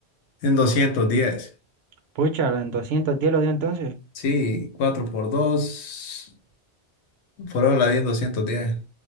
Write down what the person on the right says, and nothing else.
Pucha, en 210 lo dio entonces.